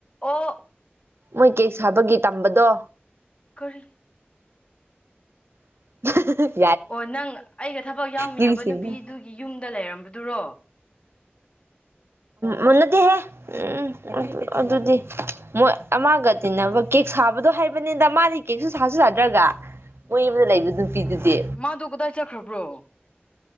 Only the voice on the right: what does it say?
ꯃꯣꯏ ꯀꯦꯛ ꯁꯥꯕꯒꯤ ꯇꯝꯕꯗꯣ
<inaudible>
ꯅꯤꯡꯁꯤꯡꯉꯦ
ꯃꯨꯟꯅꯗꯤꯍꯦ ꯎꯝ ꯎꯝ ꯑꯗꯨꯗꯤ ꯃꯣꯏ ꯑꯃꯒ ꯇꯤꯟꯅꯕ ꯀꯦꯛ ꯁꯥꯕꯗꯣ ꯍꯥꯏꯕꯅꯤꯗ ꯃꯥꯗꯤ ꯀꯦꯛꯁꯨ ꯁꯥꯁꯨ ꯌꯥꯗ꯭ꯔꯒ ꯃꯣꯏ ꯑꯃꯗ ꯂꯩꯕ ꯅꯨꯄꯤꯗꯨꯗꯤ